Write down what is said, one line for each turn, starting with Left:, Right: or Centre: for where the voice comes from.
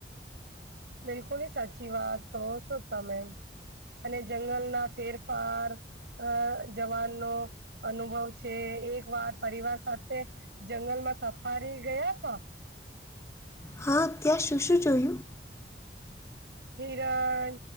Right: બિલકુલ સાચી વાત કહો છો તમે અને જંગલના ફેરફાર અ જવાનનો અનુભવ છે એક વાર પરિવાર સાથે જંગલમાં સફારી ગયા હતા
Left: હા ત્યાં શું શું જોયું
Right: હિરણ